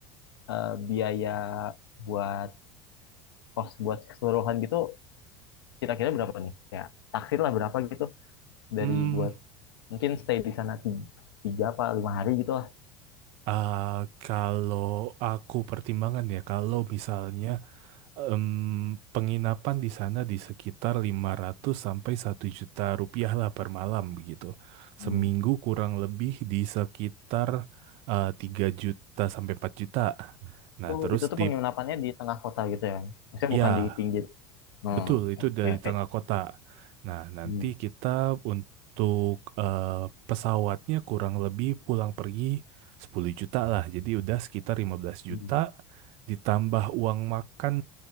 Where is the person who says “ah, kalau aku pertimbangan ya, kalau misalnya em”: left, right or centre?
Right